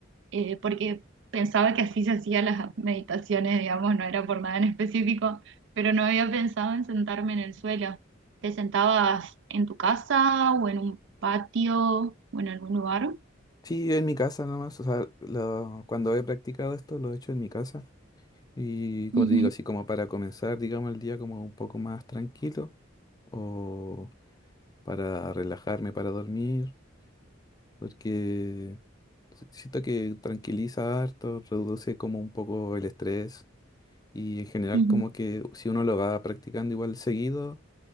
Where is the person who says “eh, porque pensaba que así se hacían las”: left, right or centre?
Right